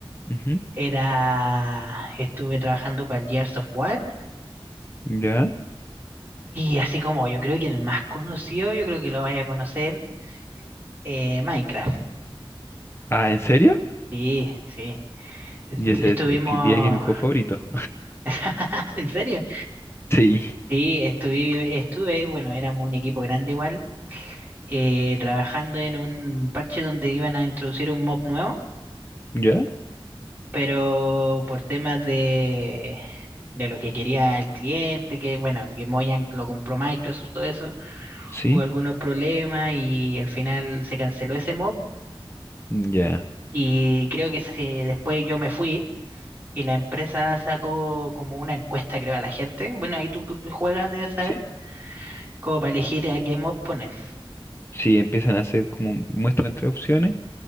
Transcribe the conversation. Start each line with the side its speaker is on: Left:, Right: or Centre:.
Left: Ujú,
Right: era, estuve trabajando para el Gears of War
Left: ¿Ya?
Right: y así como yo creo que el más conocido, yo creo que lo vaya a conocer, eh, Minecraft.
Left: Ah, ¿en serio?
Right: Sí, sí. Est-
Left: Ya sé,
Right: Estuvimos...
Left: es que diría que es mi juego favorito.
Right: <laughs> ¿En serio?
Left: Sí,
Right: Sí, estuve, estuve, bueno, éramos un equipo grande igual, eh, trabajando en un parche donde iban a introducir un mob nuevo.
Left: ¿ya?
Right: pero por temas de, de lo que quería el cliente, que bueno, que Mojang lo compró Microsoft, todo eso,
Left: Sí,
Right: hubo algunos problemas y al final se canceló ese mob
Left: ya,
Right: y creo que se- después yo me fui y la empresa sacó como una encuesta, creo, a la gente, bueno, ahí tú que que juegas debes saber,
Left: sí.
Right: como para elegir a qué mob poner.
Left: Sí, empiezan a hacer como muestran tres opciones